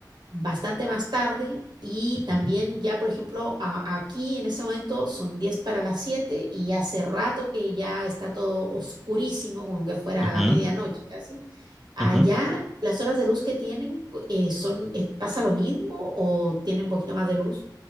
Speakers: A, on the right; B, in the centre.
A: bastante más tarde y
B: Ujú,
A: también ya, por ejemplo, a- aquí en este momento son 10 para las 7 y ya hace rato que ya está todo oscurísimo, como que fuera
B: ujú,
A: a la medianoche casi. Allá
B: ujú.
A: las horas de luz que tienen cu- eh, son, eh, ¿pasa lo mismo o tienen un poquito más de luz?